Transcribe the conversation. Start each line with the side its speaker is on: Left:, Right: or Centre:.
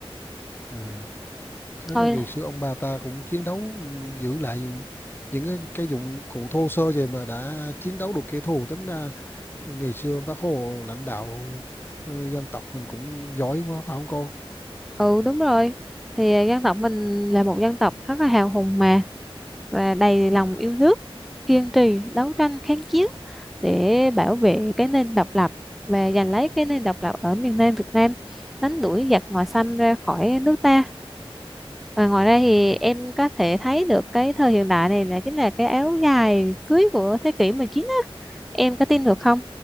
Left: À. thế
Centre: thôi
Left: là ngày xưa ông bà ta cũng chiến đấu giữ lại những những cái, cái dụng cụ thô sơ vậy mà đã chiến đấu được kẻ thù tính ra ngày xưa bác Hồ lãnh đạo ờ, dân tộc mình cũng giỏi quá phải không cô
Centre: ừ đúng rồi thì à, dân tộc mình là một dân tộc rất là hào hùng mà và đầy lòng yêu nước kiên trì đấu tranh kháng chiến để bảo vệ cái nền độc lập và giành lấy cái nền độc lập ở miền Nam Việt Nam đánh đuổi giặc ngoại xâm ra khỏi nước ta Ờ, ngoài ra thì em có thể thấy được cái thời hiện đại này là chính là cái áo dài cưới của thế kỷ 19 á. Em có tin được không?